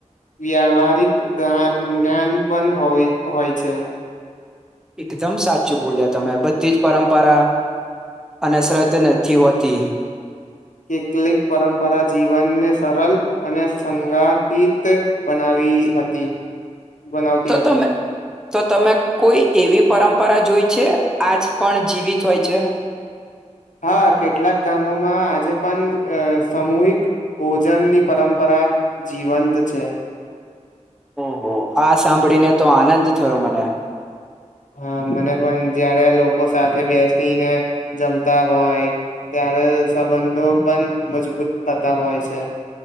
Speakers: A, on the left; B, in the centre.
A: વ્યાહારિક ગાન જ્ઞાન પણ હોય હોય છે.
B: એકદમ સાચું બોલ્યા તમે. બધી જ પરંપરા અનશ્રદ્ધ નથી હોતી
A: કેટલિક પરંપરા જીવનને સરળ અને સંગાથિત બનાવી હતી. બનાવતી
B: તો
A: હતી
B: તમે તો તમે કોઈ એવી પરંપરા જોઈ છે આજ પણ જીવિત હોય છે?
A: હા કેટલાક ગામોમાં આજે પણ સામૂહિક ભોજનની પરંપરા જીવંત છે.
B: ઓહો આ સાંભળીને તો આનંદ થયો મને
A: હા મને પણ જયારે લોકો સાથે બેસીને જમતા હોય ત્યારે સંબંધો પણ મજબૂત થતા હોય છે.